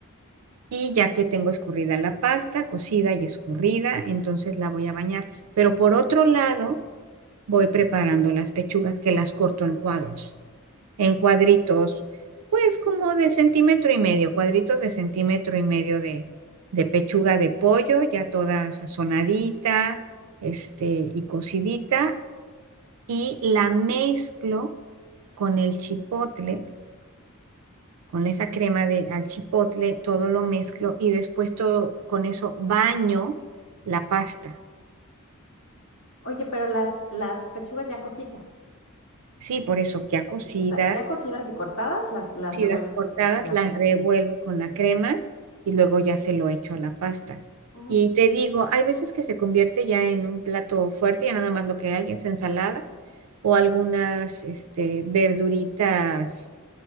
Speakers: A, on the right (about 90°); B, on the left (about 80°).
A: y ya que tengo escurrida la pasta, cocida y escurrida, entonces la voy a bañar. Pero por otro lado, voy preparando las pechugas que las corto en cuadros en cuadritos, pues como de centímetro y medio, cuadritos de centímetro y medio de, de pechuga de pollo, ya toda sazonadita, este, y cocidita, y la mezclo con el chipotle, con esa crema de al chipotle, todo lo mezclo y después todo con eso baño la pasta.
B: Oye, pero las, las pechugas ya cocidas.
A: Sí, por eso ya cocida
B: O sea, ya cocidas y cortadas, las, las
A: crujidas
B: revuelves
A: cortadas,
B: con, la con la
A: las
B: crema.
A: revuelvo con
B: Ah,
A: la crema y luego ya se lo echo a la pasta.
B: Oye,
A: Y
B: súper.
A: te digo, hay veces que se convierte ya en un plato fuerte, ya nada más lo que hay es ensalada o algunas este, verduritas